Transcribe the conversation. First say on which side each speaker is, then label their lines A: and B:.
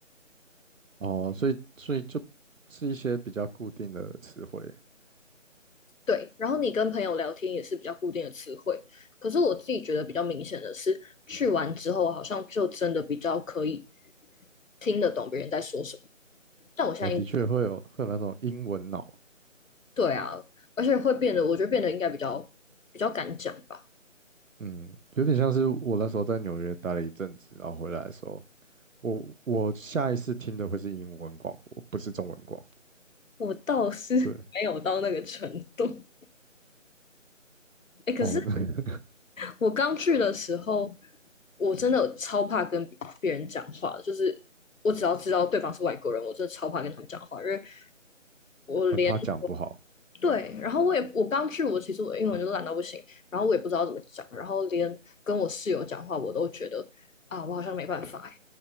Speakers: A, on the right; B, on the left.
A: 哦，所以所以就是一些比较固定的词汇
B: 对，然后你跟朋友聊天也是比较固定的词汇，可是我自己觉得比较明显的是，去完之后好像就真的比较可以听得懂别人在说什么，但我现在应
A: 哦，的确会有会有那种英文脑，
B: 对啊，而且会变得，我觉得变得应该比较比较敢讲吧。
A: 嗯，有点像是我那时候在纽约待了一阵子，然后回来的时候，我我下一次听的会是英文广播，不是中文广
B: 我倒是 <laughs>
A: 播，对。
B: 没有到那个程度。哎，可是
A: 哦，<laughs>
B: 我刚去的时候，我真的超怕跟别人讲话，就是我只要知道对方是外国人，我真的超怕跟他们讲话，因为我连
A: 很怕讲不好。
B: 对，然后我也我刚去，我其实我英文就烂到不行，然后我也不知道怎么讲，然后连跟我室友讲话，我都觉得啊，我好像没办法哎，